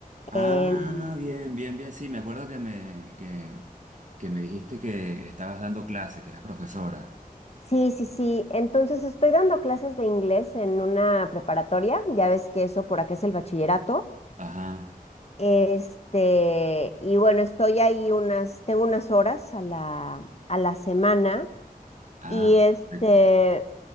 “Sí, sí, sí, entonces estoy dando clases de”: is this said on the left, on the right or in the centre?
Left